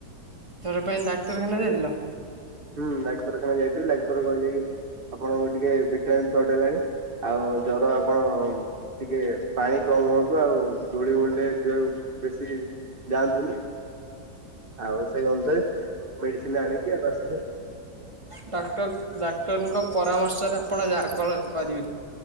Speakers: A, on the right; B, on the right.
A: ଜର ପାଇଁ ଡାକ୍ତରଖାନା ଯାଇଥିଲ?
B: ହୁଁ ଡାକ୍ତରଖାନା ଯାଇଥିଲି ଡାକ୍ତର କହିଲେ କି ଆପଣଙ୍କର ଟିକେ ଭିଟାମନ୍ ସଟ ହେଲାଣି ଆଉ ଜର ଆପଣ ଟିକେ ପାଣି କମ ହୁଅନ୍ତୁ ଆଉ ଧୂଳି ମୂଳିରେ ବେଶୀ ଯାଆନ୍ତୁନି ଆଉ ସେଇ ଅନୁସାରେ ମେଡିସିନ ଆଣିକି ଆସିଲୁ ଆଉ
A: ଡାକ୍ତର ଡାକ୍ତରଙ୍କ ପରାମର୍ଶରେ ଆପଣ ଯା କଣ କରିବେ।